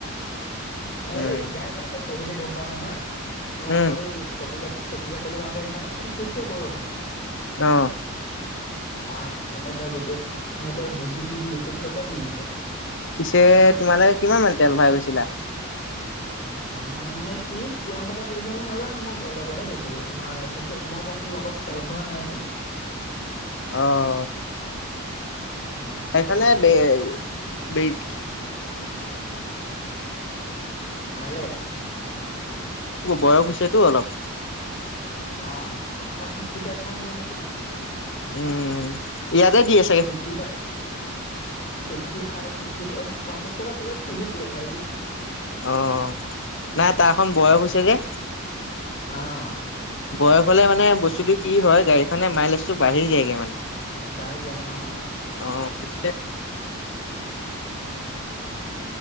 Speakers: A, on the left; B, on the left.
A: মই
B: উম
A: ইয়াৰ বাইকত বহিলে গম পাও নহয় তোমাৰ
B: উম
A: মই চকী কাট চকী ঘাটাললৈ যাওঁতে সেইদিনাখন কি দিছে বৰষুণ।
B: অ।
A: তাত একেবাৰে গোটেই মইে সুধি চুধি গোটেই কবা যাব পৰিলে।
B: পিছে তোমালে কিমান মান তেল ভৰাই গৈছিলা।
A: কিমান মানে সি কিমান টকা তেল ভৰালে নাজানো মই লগতহে গৈছো। তোমাৰ কি মই জানতে লগত, তেল ভৰা নাই সি।
B: অঁ।
A: হে।
B: সেই ফালে বে বে-
A: মাইলেশ।
B: বয়স হৈছেতো অলপ।
A: অঁ তাত ফিফটি ফাইভ মান দিয়ে নেকি।
B: উম ইয়াতে দি আছে।
A: Fifty five, fifty five fifty পঞ্চাশ টকা তেলত ঘুৰি ফুৰে ভাই ই,
B: অঁ নাই তাৰখন বয়স হৈছে যে।
A: অঁ,
B: বয়স হলে মানে বস্তুটো কি হয় গাড়ীখনে মাইলেজ টো বাঢ়ি যায়গে মানে।
A: বাঢ়ি যায় অঁ।
B: অ <unintelligible>